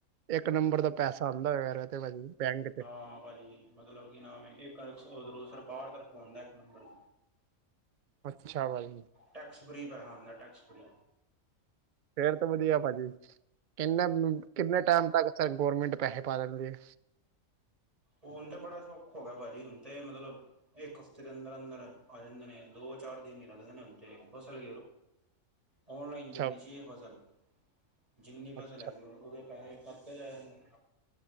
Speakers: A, on the right; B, on the right.
A: ਇੱਕ ਨੰਬਰ ਦਾ ਪੈਸਾ ਆਉਂਦਾ ਹੋਇ ਤੇ ਭਾਜੀ ਬੈਂਕ ਤੇ
B: ਹਾਂ ਭਾਜੀ। ਮਤਲਬ ਕਿ ਹਾ ਇੱਕ ਉਧਰੋਂ ਸਰਕਾਰ ਤਰਫ ਆਉਂਦਾ ਇੱਕ ਨੰਬਰ
A: ਅੱਛਾ ਭਾਜੀ
B: ਟੈਕਸ ਫ੍ਰੀ ਪੈਸਾ ਹੁੰਦਾ, ਟੈਕਸ ਫ੍ਰੀ
A: ਫੇਰ ਤਾਂ ਵਧੀਆ ਭਾਜੀ, ਕਿੰਨੇ ਕਿੰਨੇ ਟਾਈਮ ਤੱਕ ਗੌਰਰਮੈਂਟ ਪੈਸੇ ਪਾ ਦਿੰਦੀ ਹੈ।
B: ਉਹ ਹੁਣ ਤੇ ਬੜਾ ਸੌਖਾ ਹੋ ਗਿਆ ਭਾਜੀ, ਹੁਣ ਤੇ ਮਤਲਬ ਇੱਕ ਹਫ਼ਤੇ ਦੇ ਅੰਦਰ-ਅੰਦਰ ਆ ਜਾਂਦੇ ਨੇ, ਦੋ ਚਾਰ ਦਿਨ ਹੀ ਲੱਗਦੇ ਨੇ ਤੇ ਫਸਲ
A: <inaudible>
B: ਔਨਲਾਈਨ
A: ਅੱਛਾ
B: ਗਿਰਨੀ ਚਾਹੀਏ ਫ਼ਸਲ ਜਿੰਨੀ ਫਸਲ
A: ਅੱਛਾ
B: ਹੈਗੀ ਉਹਦੇ ਪੈਸੇ। ਖਾਤੇ ਚ ਆ ਜਾਨੇ